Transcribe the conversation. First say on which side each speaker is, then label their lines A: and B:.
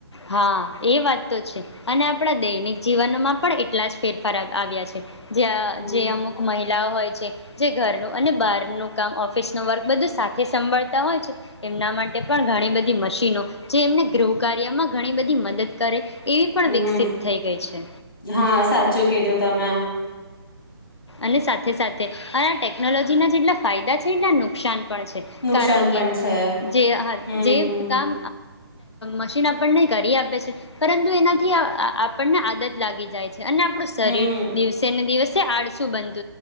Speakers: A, on the left; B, on the left.
A: હા એ વાત તો છે, અને આપડા દૈનિક જીવનોમાં પણ એટલા જ ફેરફાર આવ્યા છે. જ્યાં
B: હમ
A: જે અમુક મહિ હોય છે, જે ઘરનું અને બારનું કામ ઓફિસ નુ વર્ક બધુ જ સાથે સંભળતા હોય છે, એમના માટે પણ ઘણી બધી મશીનો, જે એમને ગૃહ કાર્યમાં ઘણી બધી મદદ કરે એવી પણ
B: હમ,
A: વિકસિત થઈ ગઈ છે
B: હા સાચું કીધું. તમે.
A: અને સાથે સાથે આ ટેકનોલોજી ના જેટલા ફાયદા છે નુકસાન પડે છે,
B: નુકસાન
A: કારણ કે
B: પણ છે
A: જે
B: હમ
A: જે
B: હમ
A: કામ મશીન આપણને કરી આપે છે, પરંતુ એનાથી આઅ આપણને આદત લાગી જાય છે. અને આપણું શરીર,
B: હમ
A: દિવસે ને દિવસે જે આડ સુબંધ